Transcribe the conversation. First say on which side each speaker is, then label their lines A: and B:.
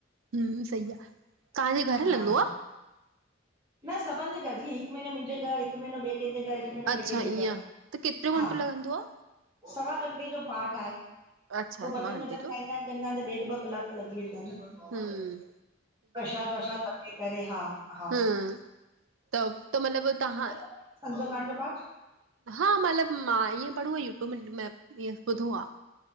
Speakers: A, on the right (about 85°); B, on the right (about 20°).
A: हह सही आहे, तव्हांजे घरु
B: हा।
A: हलंदो आहे?
B: न सभिनि जे घर, जीअं हिकु महीने मुंहिंजे घर हि हिकु महीनो बे कंहिंजे घर हिकु महीनो
A: अच्छा
B: बे कंहिंजे
A: ईअं
B: घर,
A: त केतिरो
B: हा।
A: घंटो लॻंदो आ?
B: सवा घंटे जो पाठ आहे,
A: अच्छा
B: पोइ भॼन
A: सवा घंटे
B: वज़न
A: जो
B: गाईंदान कंदान त ॾेढ ॿ कलाक त लॻी वेंदा आहिनि
A: हम्म
B: प्रशाद व्रशाद वठे करे हा। हा
A: हम त त मतलब त्हां
B: सुंदरकांड जो पाठ
A: हा मतिलबु मां ईअं पढ़यो आ यूट्यूब में ईअ ॿुधो आहे।